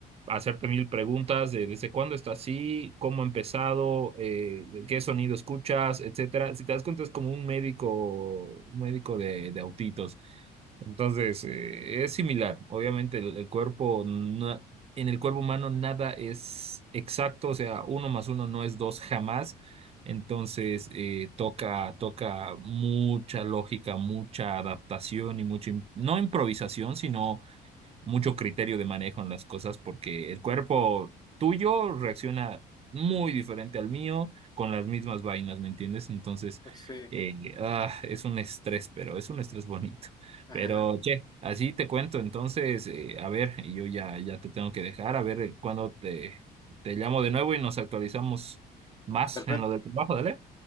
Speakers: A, on the right; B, on the left.
A: hacerte mil preguntas de desde cuándo está así, cómo ha empezado, eh, qué sonido escuchas, etcétera. Si te das cuenta, es como un médico, un médico de, de autitos. Entonces, eh, es similar. Obviamente, el, el cuerpo, na- en el cuerpo humano nada es exacto, o sea, uno más uno no es dos jamás. Entonces, eh, toca, toca mucha lógica, mucha adaptación y mucha, im- no improvisación, sino mucho criterio de manejo en las cosas porque el cuerpo tuyo reacciona muy diferente al mío con las mismas vainas, ¿me entiendes? Entonces,
B: Sí.
A: eh, ah, es un estrés, pero es un estrés bonito.
B: Ajá.
A: Pero, che, así te cuento. Entonces, eh, a ver, y yo ya, ya te tengo que dejar, a ver eh, cuándo te, te llamo de nuevo y nos actualizamos más
B: Perfecto,
A: en lo del trabajo, dale.